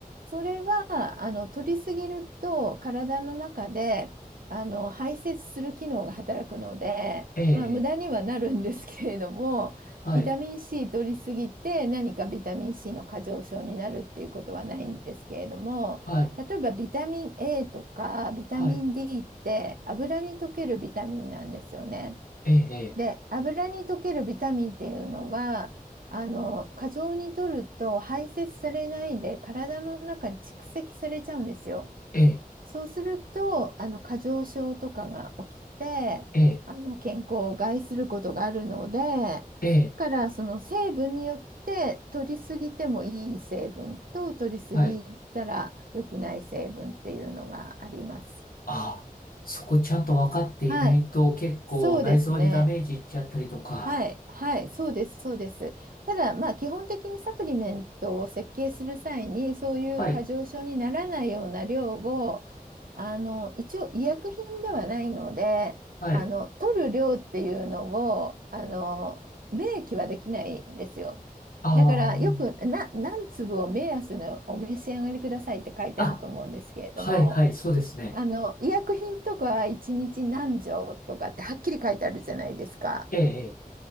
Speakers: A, on the right; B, on the left.
A: それは、あの、取りすぎると体の中で、あの、排泄する機能が働くので、
B: ええ、ええ。
A: まあ、無駄にはなるんですけれども、
B: はい。
A: ビタミン C 取りすぎて何かビタミン C の過剰症になるっていうことはないんですけれども、
B: はい。
A: 例えばビタミン A とかビタミン
B: はい。
A: D って油に溶けるビタミンなんですよね。
B: ええ、
A: で、油に溶けるビタミンっていうのは、あの、過剰に摂ると排泄されないで体の中に蓄積されちゃうんですよ。
B: ええ、
A: そうすると、あの過剰症とかが起きて、
B: ええ、
A: あの健康を害することがあるので、だからその成分によって取りすぎてもいい成分と取りすぎたら良くない成分っていうのがあります。
B: ええ、はい。あ、そこちゃんと分かっていないと結構内臓にダメージいっちゃったりとか。
A: はい、そうですね。はい、はい、そうです、そうです。ただ、まあ、基本的にサプリメントを設計する際に、そういう過剰症にならないような量を、
B: はい、
A: あの、一応医薬品ではないので、
B: はい。
A: あの、取る量っていうのを、あの、明記はできないんですよ。
B: あ
A: だから、よく、な、何粒を目安のお召し上がりくださいって書いてあると思うんですけれども、
B: あ、あ、はい、はい、そうですね。
A: あの、医薬品とかは1日何錠とかってはっきり書いてあるじゃないですか。
B: ええ、ええ、